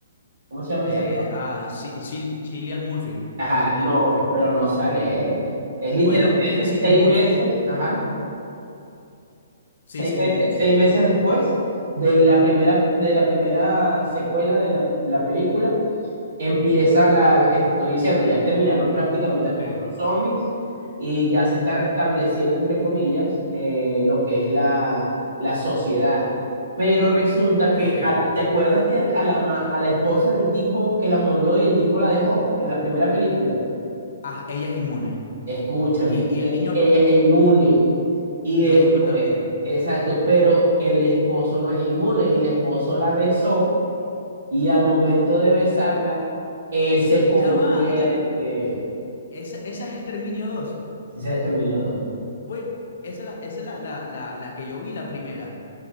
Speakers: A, on the right (about 65°); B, on the left (about 60°).
A: ¿cómo se llama
B: Eh,
A: ese actor?
B: ah, sí, sí, Cillian Murphy.
A: Ajá,
B: Cillian
A: no,
B: Murphy.
A: pero no sale él, es literalmente
B: Bueno, él, Cillian
A: seis
B: Murphy.
A: meses, ajá,
B: Sí,
A: seis
B: sí, dime,
A: meses,
B: dime.
A: seis meses después de la primera, de la primera secuela de la, la película empieza la, la que te estoy diciendo, ya terminaron prácticamente
B: Ok,
A: todos los zombies y ya se está restableciendo, entre comillas, eh, lo que es la, la sociedad. Pero resulta que,
B: ok.
A: a la- ¿te acuerdas que a la, ma- a la esposa del tipo que la mordió y el tipo la dejó en la primera película?
B: Ah, ella es inmune.
A: Escúchame,
B: Y,
A: ella,
B: y el niño,
A: ella es inmune y
B: Y
A: después,
B: el hijo también.
A: exacto, pero el esposo no es inmune y el esposo la besó y al momento de besarla, él se convierte.
B: Ya va, ya. Esa, esa es Exterminio 2.
A: Ese es Exterminio dos
B: Bueno, esa es la, esa es la, la, la, la que yo vi, la primera.